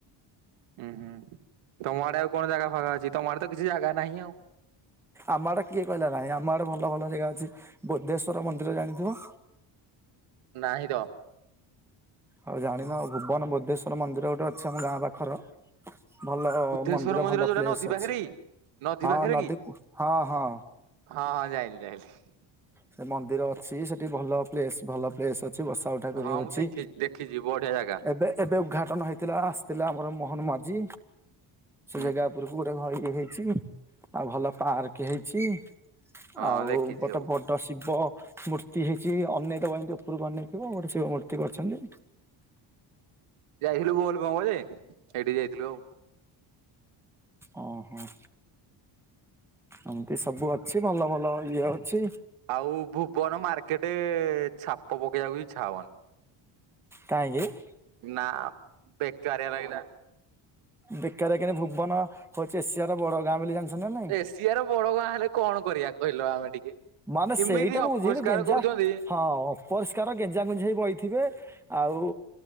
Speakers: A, on the right; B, in the centre.
A: ହୁଁ -ହୁଁ ତମ ଆଡେ ଆଉ କଣ ଜାଗା ଫାଗା ଅଛି। ତମଆଡେ ତ କିଛି ଜାଗା ନାହିଁ ଆଉ।
B: ଆମ ଆଡେ କିଏ କହିଲା ନାହିଁ ଆମ ଆଡେ ଭଲ, ଭଲ ଯେଗା ଅଛି। ବୋଦ୍ଧେଶ୍ଵର ମନ୍ଦିର ଜାଣିଥିବ?
A: ନାଇଁ, ତ।
B: ଆଉ ଜାଣିନ ଭୁବନ ବୋଦ୍ଧେଶ୍ୱର ମନ୍ଦିର ଗୋଟେ ଅଛି ଆମ ଗାଁ ପାଖର। ଭଲ,
A: ବୁଦ୍ଧେଶ୍ଵର
B: ମନ୍ଦିର ଭଲ
A: ଯୋଉଟା
B: ପ୍ଲେସ
A: ନଦୀ ପାଖରେ
B: ଅଛି
A: କି? ନଦୀ
B: ହଁ
A: ପାଖରେ
B: ନଦୀକୁ
A: କି
B: ହଁ -ହଁ।
A: ହଁ ଯାଇଲି ଯାଇଲି।
B: ସେ ମନ୍ଦିର ଅଛି ସେଠି ଭଲ ପ୍ଲେସ -ଭଲ ପ୍ଲେସ ଅଛି ବସ। ଆଉ ଠାକ
A: ହଁ ମୁଁ
B: ଅଛି
A: ଦେଖିଛି ଦେଖିଛି ବଢିଆ ଜାଗା।
B: ଏବେ ଏବେ ଉଦ୍ଘାଟନ ହେଇଥିଲା ଆସିଥିଲା ଆମର ମୋହନ ମାଝି। ସେ
A: ହୁଁ
B: ଜାଗା ଉପରକୁ ଗୋଟେ ଘ- ଇଏ ହେଇଛି। ଆଉ ଭଲ ପାର୍କ ହେଇଛି।
A: ହଁ
B: ଆଉ
A: ଦେଖିଛି
B: କ
A: ସବୁ
B: ତଶିବ ମୂର୍ତ୍ତି ହେଇଛି ଅନେଇ ଥିବ ଏମିତି ଉପରକୁ ଅନେଇଥିବ ଗୋଟେ ଶିବ ମୂର୍ତ୍ତି କରିଛନ୍ତି!
A: ଯାଇଥିଲୁ ବୋଲ ବମ ଜେ ସେଇଠି ଯାଇଥିଲୁ।
B: ଓ ହୋ, ଏମତି ସବୁ ଅଛି ଭଲ ଭଲ ଇଏ ଅଛି।
A: ଆଉ ଭୁବନ ମାର୍କେଟ ଛାପ ପକେଇବାକୁ ବି ଇଛା ହବନି।
B: କାହିଁକି?
A: ନା ବେକାରିଆ ରାଗିଲ।।
B: ବେକାରିଆ କେମ ଭୁବନ ହଉଛି ଏସିଆ ର ବଡ ଗାଁ ବୋଲି ଜାଣିଛନ୍ତି ନା ନାହିଁ?
A: ଏସିଆର ବଡ ଗାଁ ହେଲେ କଣ କରିବା କହିଲ ଆମେ ଟିକେ?
B: ମାନେ ସେଇଟା
A: ଏମିତି
B: ମୁଁ
A: ଅପରିଷ୍କାର
B: ବୁଝି ଗେଞ୍ଜା
A: କରୁଛନ୍ତି
B: ହଁ ଅପରିଷ୍କାର ଗେଞ୍ଜା ଗେଞ୍ଜେଇ ବହିଥିବେ। ଆଉ